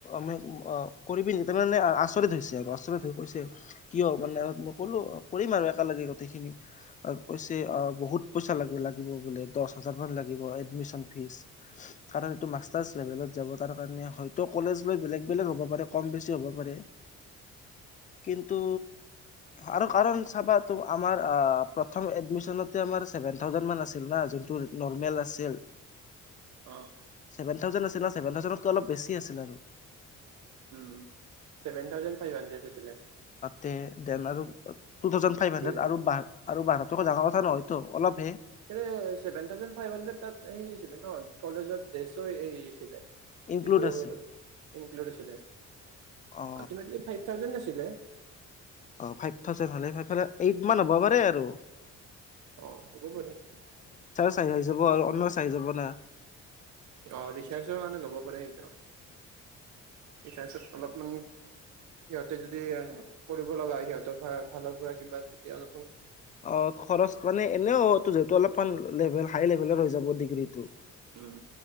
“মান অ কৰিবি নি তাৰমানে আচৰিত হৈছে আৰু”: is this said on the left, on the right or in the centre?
Left